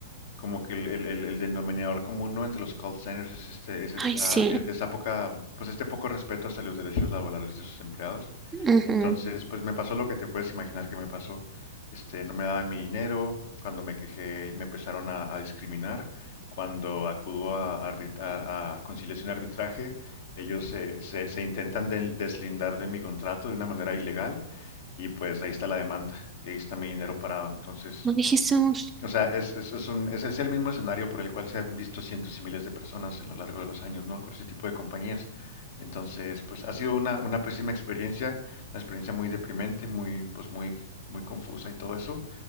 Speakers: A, on the left (about 60°); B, on the right (about 15°).
A: como que el, el- el- el denominador común ¿no? entre los call centers es este, es esta,
B: Ay, sí.
A: e- esa poca, pues este poco respeto hacia los derechos laborales de sus empleados.
B: ujú,
A: Entonces, pues me pasó lo que te puedes imaginar que me pasó. Este, no me daban mi dinero, cuando me quejé me empezaron a, a discriminar, cuando acudo a, arbit- a- a conciliación y arbitraje, ellos se, se- se intentan del- deslindar de mi contrato de una manera ilegal y pues ahí está la demanda y ahí está mi dinero parado. Entonces,
B: No dijimos.
A: o sea, es, es, es un, es, es el mismo escenario por el cual se han visto cientos y miles de personas en lo largo de los años, ¿no? Con ese tipo de compañías. Entonces, pues ha sido una, una pésima experiencia, una experiencia muy deprimente, muy, pues muy, muy confusa y todo eso.